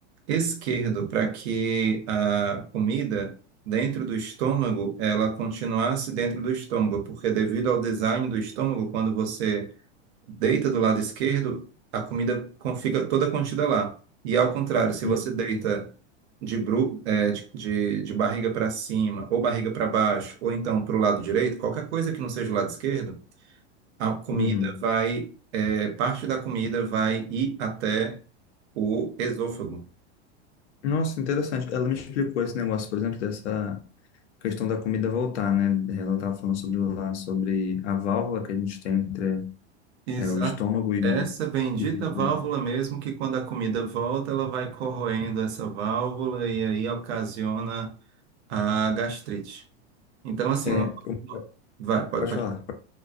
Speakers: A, on the right (about 75°); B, on the left (about 85°).
A: esquerdo para que a comida dentro do estômago ela continuasse dentro do estômago, porque devido ao design do estômago, quando você deita do lado esquerdo, a comida con- fica toda contida lá. E ao contrário, se você
B: Uhum.
A: deita de, bru eh, de, de- de barriga para cima, ou barriga para baixo, ou então para o lado direito, qualquer coisa que não seja o lado esquerdo, a comida
B: Uhum.
A: vai, eh, parte da comida vai ir até o esôfago.
B: Nossa, interessante. Ela me explicou esse negócio, por exemplo, dessa questão da comida voltar, né? Ela estava falando sobre lá sobre a válvula que a gente tem entre
A: Exato.
B: é, o estômago e
A: Essa
B: o,
A: bendita
B: e o
A: válvula
B: esôfago.
A: mesmo que quando a comida volta, ela vai corroendo essa válvula e aí ocasiona a gastrite. Então, assim,
B: É,
A: uma,
B: eu-
A: vai, pode,
B: pode
A: pode.
B: falar.